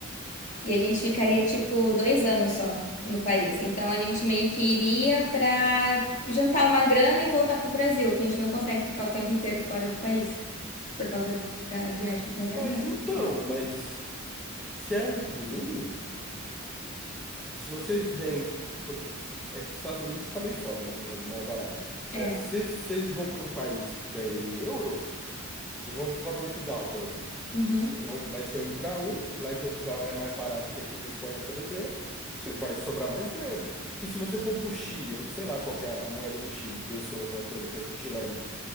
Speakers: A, on the left; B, in the centre.
A: E a gente ficaria, tipo, dois anos só no país. Então a gente meio que iria para juntar uma grana e voltar pro Brasil, que a gente não consegue ficar o tempo inteiro fora do país, por causa da viagem. Da viagem,
B: Mas
A: não. do
B: então,
A: Trabalho.
B: mas se é um por um. Se vocês vêm. pro- É que Estados Unidos tá meio foda, né? Mas vai lá.
A: É.
B: É, se vocês vão para um país que ganha em euro, vocês vão para Portugal, por exemplo.
A: Uhum.
B: Vocês vão, vai ser um para um. Lá em Portugal é mais barato que aqui na Espanha, por exemplo. Cê- vai sobrar mais grana. Porque se você for pro Chile, eu sei lá qual que é a moeda do Chile, peso ou alguma coisa, peso chileno.